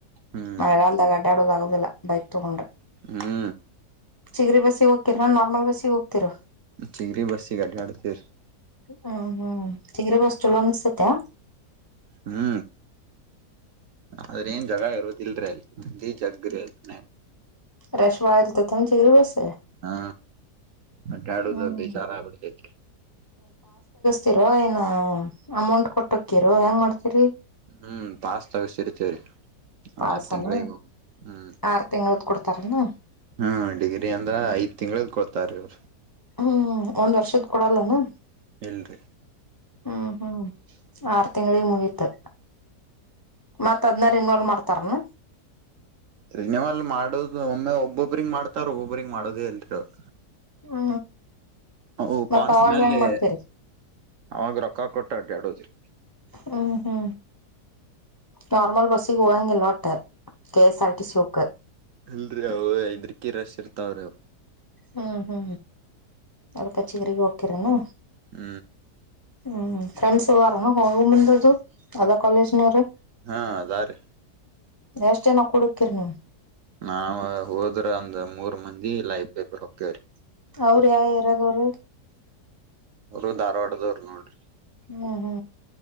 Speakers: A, on the right; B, on the left.
A: ಹ್ಮ್
B: ಮಳೆಗಾಲದಾಗ ಅಡ್ಡಾಡು ಬಾ. ಇಲ್ಲ, ಬೈಕ್ ತೊಗೊಂಡ.
A: ಹ್ಮೂ.
B: ಚಿಗ್ರ ಬಸ್ಸಿಗೆ ಹೋಗ್ತಿರಾ, ನಾರ್ಮಲ್ ಬಸ್ಸಿಗೆ ಹೋಗ್ತಿರಾ.
A: ಚಿಗ್ರಿ ಬಸಿಗೆ, ಅಡ್ಡಾಡ್ತಿವಿರಿ.
B: ಹೂ, ಹೂ, ಚಿಗರಿ ಬಸ್ ಚಲ್ಲೊ ಅನಿಸ್ತಾತ.
A: ಹೂ, ಆದ್ರೆ ಏನ್ ಜಗ ಇರೋದಿಲ್ರ ಅಲ್ಲಿ, ಬರಿ ಜಗ್ರಿ ಅಲಿನೆ.
B: ರಷ್ ಬಾಳ್ ಇರ್ತೈತೆ ಏನ್, ಚಿಗ್ರಿ ಬಸ್.
A: ಹಾ, ಅಡ್ಡಾಡುವುದು
B: ಹ್ಮ್
A: ಬೇಜಾರ್ ಆಗ್ಬಿಡ್ತೈತೆರಿ
B: ತಿರೋ ಏನೊ, ಅಮೌಂಟ್ ಕೊಟ್ಟಕ್ಕಿರೋ, ಹೆಂಗ್ ಮಾಡ್ತರಿ.
A: ಹ್ಮ್ ಪಸ್ ತೆಗೆಸ್ತಿರ್ತೀವಿರಿ.
B: ಪಾಸನ
A: ಆರ್ ತಿಂಗಳಿಗೊ, ಹೂ,
B: ಆರ್ ತಿಂಗಳದ್ ಕೊಡ್ತಾರನ
A: ಹೂ, ಡಿಗ್ರಿ ಅಂದ್ರೆ ಐದ್ ತಿಂಗ್ಳು ಕೊಡ್ತ್. ತಾರೆರು
B: ಹೂ, ಒಂದ್ ವರ್ಷದ್ ಕೊಡಲ್ಲೆನು.
A: ಇಲ್ರಿ.
B: ಹೂ, ಹೂ, ಆರ್ ತಿಂಗಳಿಗೆ ಮುಗಿತು. ಮತಡ್. ಇನ್ವಾಲ್ವ ಮಾಡ್ತಾರೆನೊ.
A: ರಿನೀವಲ್ ಮಾಡೊದು, ಒಮ್ಮೆ ಒಬ್ಬೊಬ್ರಿಂಗ ಮಾಡ್ತಾರ್, ಒಬ್ಬೊಬ್ರಗ್ ಮಾಡೊದೆ, ಇಲ್ರಿ ಅವ್ರು.
B: ಹೂ,
A: ಅವು
B: ಮತ್ತ್
A: ಪಾಸ್
B: ಅವಾಗ್
A: ಮ್ಯಾಲೆ
B: ಹೆಂಗ್ ಮಾಡ್ತೀರಿ.
A: ಅವಾಗ ರೊಕ್ಕ ಕೊಟ್ಟ್ ಅಡ್ಡಾಡೊದ್ರಿ.
B: ಹೂ, ಹೂ, ನಾರ್ಮಲ್ ಬಸ್ಗೆ ಹೊಗಂಗಿಲ್ಲ ಹೊಟ್ಟೆ. K, S, R, T, C, ಓಕ
A: ಇಲ್ರಿ, ಅವ ಐದ್ರೀಕಿ ರಶ್ ಇರ್ತಾವ್ರೀ.
B: ಹೂ, ಹೂ, ಅದ್ಕೆ ಚಿಗ್ರಿಗೇ ಹೋಗ್ತೀರೇನು.
A: ಹೂ.
B: ಹೂ, ಫ್ರೆಂಡ್ಸ್ ಓರ ಹೋಗ ಮುಂದೊದು, ಅದ ಕಾಲೇಜ್ನವ್ರ.
A: ಹಾ, ಅದಾರ. ರಿ
B: ಎಷ್ಟ್ ಜನ ಕುಡುಕಿರ್ ನೀವ್.
A: ನಾವ್ ಹೋದ್ರೆ, ಒಂದ್ ಮೂರ್ ಮಂದಿ, ಲೈಬ್ರ್ ಪೆಪರ್ ಹೋಗ್ತೀವ್ರೀ.
B: ಅವ್ರ್, ಯಾವ್, ಏರಿಯದವರು.
A: ಅವ್ರು ಧಾರವಾಡದವ್ರು ನೋಡ್ರಿ.
B: ಹೂ, ಹೂ,